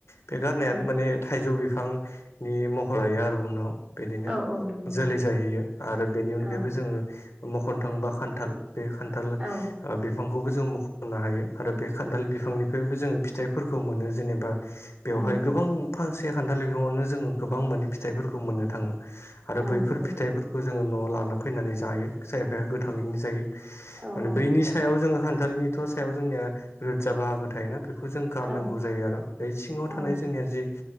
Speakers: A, on the left (about 90°); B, on the right (about 30°).
A: बे गारनायानो
B: औ
A: माने थाइजौ बिफांनि महर लायो आरो उनाव। बिदिनो
B: औ औ नंगौ
A: जोलै जाहैयो आरो बेनि
B: औ
A: अनगायैबो जोङो मखनो थांबा खान्थाल बे खान्थाल
B: औ
A: बिफांखौबो जों मख'नो हायो आरो बे खान्थाल बिफांनिफ्रायबो जोङो फिथाइफोरखौ मोनो जेनेबा बेवहाय
B: औ
A: गोबां फांसे खान्थाल बिफाङावनो जोङो गोबां माने फिथाइफोरखौ मोननो थाङो। आरो
B: औ
A: बैफोर
B: नंगौ
A: फिथाइफोरखौ जोङो न'आव लाना फैनानै जायो खायफाया गोथाङैनो जायो।
B: औ
A: माने
B: औ
A: बैनि सायाव जोङो खान्थालनिथ' सायाव जोंनिया रोदजा बाहागो थायोना बे बेखौ जों गारनांगौ
B: औ
A: जायो आरो सिङाव
B: औ
A: थानाय जोंनिया जि